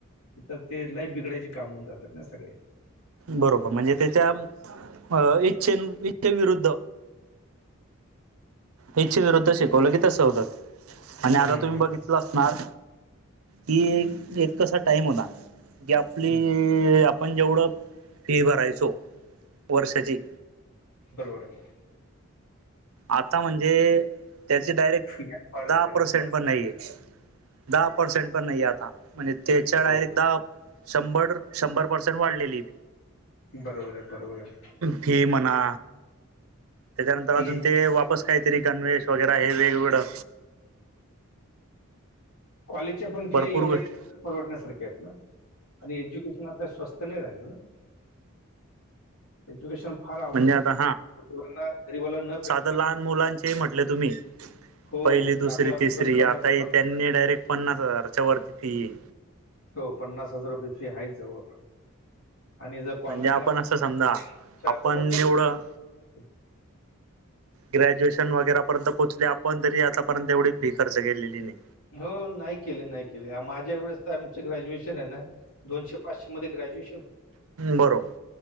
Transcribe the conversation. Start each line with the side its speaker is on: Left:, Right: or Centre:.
Left: तर ते लाईफ बिघडायचे काम होऊन जातात ना सगळे
Right: बरोबर म्हणजे त्याच्या इच्छे इच्छेविरुद्ध
Left: हम..
Right: इच्छे विरुद्ध शिकवलं की तसं होतं आणि
Left: हम्म
Right: आता
Left: हम्म
Right: तुम्ही
Left: हम्म.
Right: बघितलं असणार कि एक कसा टाईम होता की आपली
Left: हम्म.
Right: आपण जेवढं फी भरायचो वर्षाची
Left: बरोबर आहे..
Right: आता म्हणजे त्याचे डायरेक्ट
Left: फिया फार
Right: दहा
Left: झाल्या हो.
Right: पर्सेंट
Left: भारतात.
Right: पण नाहीये दहा पर्सेंट पण नाहीे आता म्हणजे त्याच्या डायरेक्ट
Left: हो.
Right: दहा शंभर शंभर पर्सेंट वाढलेली.
Left: बरोबर आहे बरोबर आहे.
Right: फी म्हणा, त्याच्यानंतर
Left: आहे.
Right: अजून ते वापस काहीतरी गणवेश वगैरे हे वेगवेगळं.
Left: कॉलेजचे पण
Right: भरपूर
Left: फी आहे एवढे
Right: गोष्टी
Left: आहेत- न परवडण्यासारखे आहेत ना आणि एज्युकेशन आता स्वस्त नाही राहिलं ना. एज्युकेशन फार अवघड
Right: म्हणजे
Left: झालेना
Right: आता
Left: गरीबाला न पेलणारे.
Right: आ लहान मुलांचे म्हटले तुम्ही
Left: हो,
Right: पहिली
Left: लाख-लाख
Right: दुसरी तिसरी
Left: रुपये आणि पन्नासच्या
Right: आता ही त्यांनी डायरेक्ट- पन्नास हजाराच्या वरती फी आहे.
Left: हो पन्नास हजार रुपये फी ह्याईच जवळपास. आणि जर कॉन्व्हेंटला
Right: म्हणजे आपण
Left: अस
Right: असं समजा
Left: तर शाळा
Right: आपण
Left: तर बंदच
Right: एवढं ग्रॅज्युएशन वगैरेपर्यंत पोहचले आपण तरी आतापर्यंत एवढी फी खर्च केलेली नाही
Left: हो नाही केली नाही केली माझ्या वेळेस तर आमचं ग्रॅज्युएशन आहे ना दोनशे पाचशे मध्ये ग्रॅज्युएशन
Right: बरोबर